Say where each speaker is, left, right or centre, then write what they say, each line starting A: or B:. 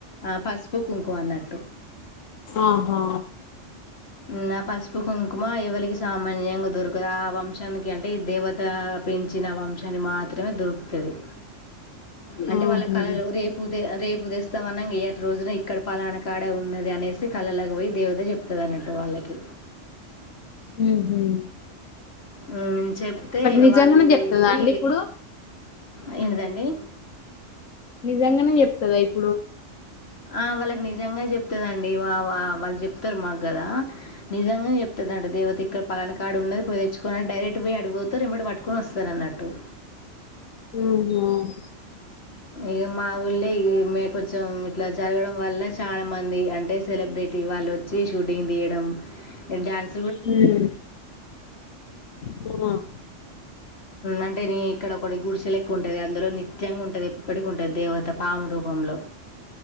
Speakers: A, on the left; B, on the left.
A: ఆ పసుపు కుంకుమ అన్నట్టు
B: ఆహా
A: నా పసుపు కుంకుమ ఎవరికి సామాన్యంగా దొరుకు ఒక ఆ వంశానికి అే దేవత పెంచిన వంశాన్ని మాత్రమే దొరుకుతది అంటే
B: ఆహా
A: వాళ్ళ కలరు
B: ఉహు
A: రేపుదే రేపు ఉదే స మనంగా ఏటి రోజున ఇక్కడ పలానా కాడ ఉన్నది అనేసి కలలకు వోయి దేవ అదే చెప్తుదన్నట్టు వాళ్ళకి
B: హుమ్
A: హ్మ్ చెప్తే ఇగ
B: నిజంగానే
A: వాళ్ళు
B: చెప్తదా
A: వెళ్ళి
B: అండి ఇప్పుడు
A: అయి దండి
B: నిజంగనే చెప్తంద ఇప్పు
A: ఆ వాల నిజంగా చెప్ప వస్తరండి వా వా వాళ్ళు చెప్తారు మాకు గదా నిజంగా చెప్తుందంట దేవత ఇక్కడ పలనాకాడ కార్డు ఉన్నది పోయి తెచ్చుకోని డైరెక్ట్ పోయి అడికిపోతరు ఎంబటె పట్టుకొని వస్తారు అన్నట్టు
B: హుమ్మ్ హుమ్మ్
A: ఇగ మా ఊళ్ళే ఇ మే కొంచెం ఇట్లా జరగడం వల్ల చాల మంది అంటే సెలబ్రిటి వాళ్ళు వచ్చి షూటింగ్ తీయడం డాన్స్
B: హుమ్మ్ హుమ్మ్
A: అంటే నీ ఇక్కడ ఒకటి గుడుచేలేక ఉంటుంది అందులో నిత్యంగా ఉంటుంది ఎప్పటికి ఉంటుంది దేవత పాము రూపంలో